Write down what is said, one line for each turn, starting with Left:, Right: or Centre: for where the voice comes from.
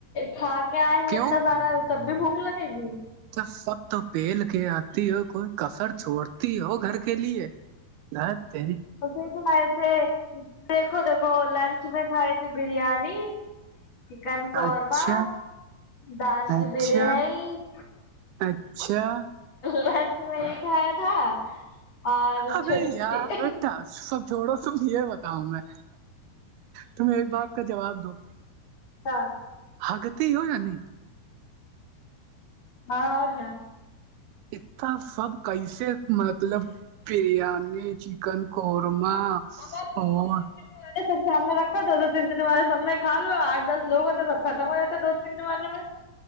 Left: کھا کے آئے ہیںتنا
Right: کیوں
Left: سارا تب بھی بھوک لگے گی
Right: جب سب تو پھیل کے آتی ہو کوئی کسر چھوڑتی ہو گھر کے لیے نہ تری
Left: کسے ہے تھ دیکھو دیکھو لنچ میں کھائی تھی بریانی چکن قورما
Right: اچھا
Left: دال کی
Right: اچھا
Left: بریانی
Right: اچھا
Left: لنچ میں یہ کایا تھا اور
Right: ابھی
Left: چھٹی
Right: یار بیٹا سب جوڑو تم یہ بتاؤ میں تمہیں ایک بات کا جواب دو
Left: ہاں
Right: حگتے ہی ہو نہیں
Left: ہاں اور جاناں
Right: اتنا سب کییسے مطلب بریانی چکن قورمہ
Left: ہم تو دوود
Right: اور
Left: نے سب سامنے رکھا تھا دو تین دن والے سامنے کھ لوا آٹ دس لو ہوتے سب ختم ہو جاتے دو تین دن والے میں